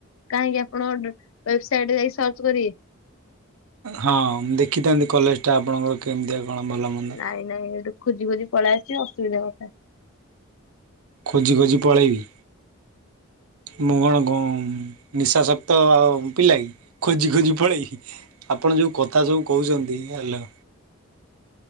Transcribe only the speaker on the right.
ହଁ ମୁଁ ଦେଖିଥାନ୍ତି କଲେଜ୍ ଟା ଆପଣଙ୍କର କେମିତିଆ କଣ ଭଲ ମନ୍ଦ।
ଖୋଜି ଖୋଜି ପଳେଇବି। ମୁଁ କଣ କ ନିଶା ଶକ୍ତ ଆଉ ପିଲା କି ଖୋଜି ଖୋଜି ପଳେଇବି। ଆପଣ ଯେଉଁ କଥା ସବୁ କହୁଛନ୍ତି ହ୍ୟାଲୋ।